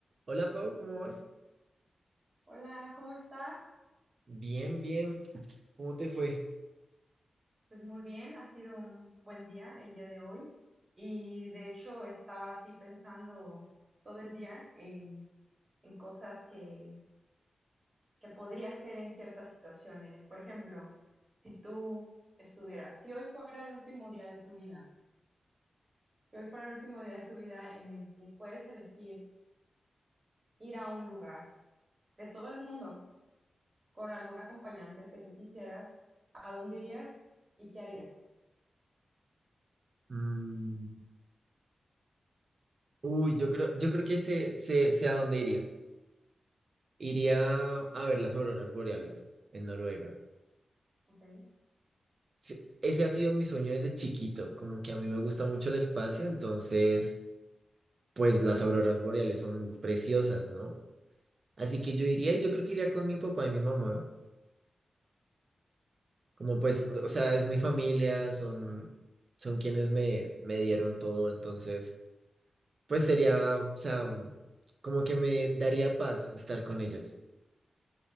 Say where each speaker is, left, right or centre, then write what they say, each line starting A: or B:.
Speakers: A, on the right; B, on the right.
A: Hola Pau, ¿cómo vas?
B: Hola, ¿cómo estás?
A: Bien, bien. ¿Cómo te fue?
B: Pues muy bien, ha sido un buen día el día de hoy y de hecho estaba así pensando todo el día en, en cosas que, que podría hacer en ciertas situaciones. Por ejemplo, si tú estuvieras, si hoy fuera el último día de tu vida, si hoy fuera el último día de tu vida en el que puedes elegir ir a un lugar de todo el mundo con algún acompañante el que tú quisieras, ¿a dónde irías y qué harías?
A: Mm, Uy, yo creo, yo creo que sé, sé- sé a dónde iría. Iría a ver las auroras boreales en Noruega.
B: ¿Ok?
A: Sí, Ese ha sido mi sueño desde chiquito, como que a mí me gusta mucho el espacio, entonces, pues las auroras boreales son preciosas, ¿no? Así que yo iría y yo creo que iría con mi papá y mi mamá. Como pues, o sea, es mi familia, son, son quienes me, me dieron todo, entonces... Pues sería, o sea, como que me daría paz estar con ellos.